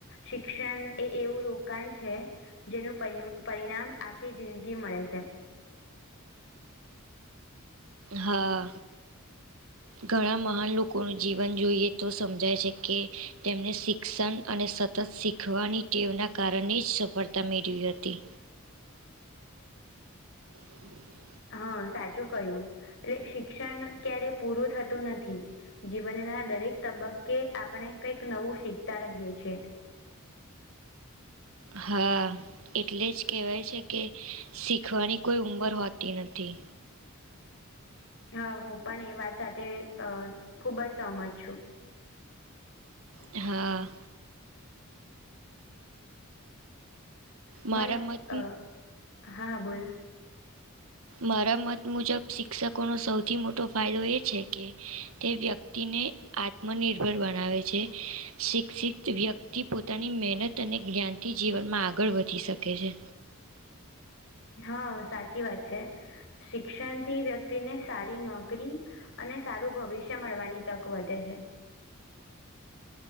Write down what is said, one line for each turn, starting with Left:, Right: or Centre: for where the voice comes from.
Left: શિક્ષણ એ એવું રોકાણ છે. જેનું પરિણામ આખી જિંદગી મળે છે.
Right: હા. ઘણા મહાન લોકોનું જીવન જોઈએ તો સમજાય છે કે તેમને શિક્ષણ. અને સતત શીખવાની ટેવના કારણે જ સફળતા મેળવી હતી. હમ.
Left: હા સાચું કય્યું એટ શિક્ષણ ક્યારે પૂરું થતું નથી. જીવનના દરેક તબક્કે આપણે કઈક નવું શીખતા રહીએ છીએ.
Right: હા. એટલે જ કહેવાય છે કે શીખવાની કોઈ ઉંમર હોતી નથી.
Left: હા હું પણ એ વાત સાથે અ ખુબ જ સહમત છું.
Right: હા. મારા
Left: મન
Right: મત
Left: હા હા બોલ
Right: મારા મત મુજબ શિક્ષકોનો સૌથી મોટો ફાયદો એ છે કે તે વ્યક્. તિને આત્મનિર્ભર બનાવે છે શિક્ષિત વ્યક્તિ પો. પોતાની મહેનત અને જ્ઞાનથી જીવનમાં આગળ વધી શકે છે.
Left: હા સાચી વાત છે શિક્ષણથી વ્યક્તિને સારી નોકરી. અને સારું ભવિષ્ય મળવાની તક વધે છે.